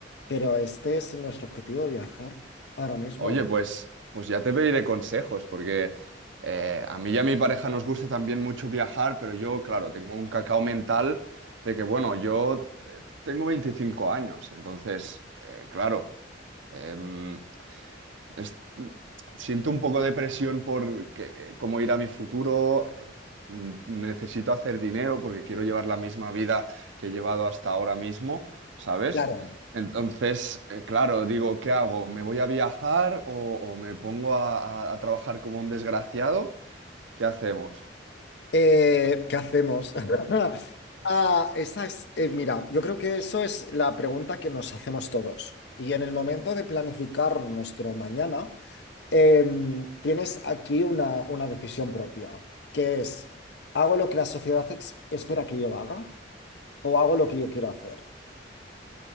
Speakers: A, on the left; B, on the right.
A: Pero este es nuestro objetivo de viajar ahora mismo.
B: Oye, pues, pues ya te pediré consejos, porque eh, a mí y a mi pareja nos gusta también mucho viajar, pero yo, claro, tengo un cacao mental de que, bueno, yo eh, tengo 25 años, entonces, eh, claro, em, es- siento un poco de presión por que- cómo irá mi futuro. eh, mm, Necesito hacer dinero porque quiero llevar la misma vida que he llevado hasta ahora mismo, ¿sabes?
A: Claro,
B: Entonces, eh, claro, digo, ¿qué hago? ¿Me voy a viajar o, o me pongo a, a- a trabajar como un desgraciado? ¿Qué hacemos?
A: Eh, ¿qué hacemos? <laughs> Ah, esa es, eh, mira, yo creo que eso es la pregunta que nos hacemos todos. Y en el momento de planificar nuestro mañana, em, tienes aquí una, una decisión propia, que es, ¿hago lo que la sociedad ex- espera que yo haga o hago lo que yo quiero hacer?